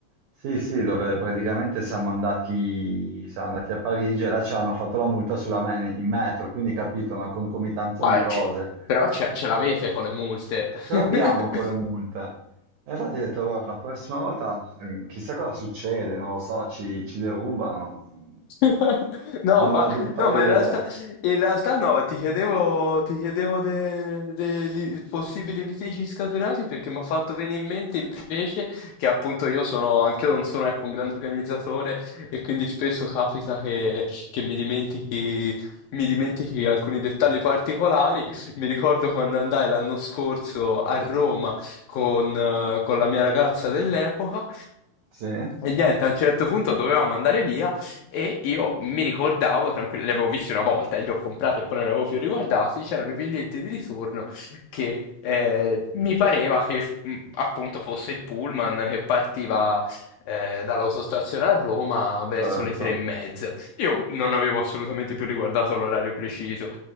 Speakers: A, on the right; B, on the left.
A: sì, sì, dove praticamente siamo andati, siamo andati a Parigi e là ci hanno fatto la multa sulla me- in metro, quindi capito, una concomitanza
B: Ma
A: di cose.
B: c'è- Però ce, ce l'avete con le multe.
A: Ce
B: <laughs>
A: l'abbiamo con le multe. E infatti ho detto, "Guarda, la prossima volta eh, chissà cosa succede, non lo so, ci, ci derubano.
B: <laughs> No,
A: Non
B: ma,
A: ho la più pallida
B: no, ma in realtà,
A: idea.
B: in realtà no, ti chiedevo, ti chiedevo de- dei possibili litigi scaturati perché mi ha fatto venire in mente invece che appunto io sono, anche io non sono ecco, un grande organizzatore e quindi spesso capita che, che mi dimentichi, mi dimentichi alcuni dettagli particolari. Mi ricordo quando andai l'anno scorso a Roma con, eh, con la mia ragazza dell'epoca.
A: Sì,
B: E niente, a un certo punto dovevamo andare via e io mi ricordavo, tranquillo, li avevo visti una volta e li ho comprati e poi non li avevo più riguardati, c'erano i biglietti di ritorno che eh, mi pareva che mh, appunto fosse il pullman che partiva eh, dall'autostazione a Roma verso
A: certo.
B: le tre e mezza. Io non avevo assolutamente più riguardato l'orario preciso.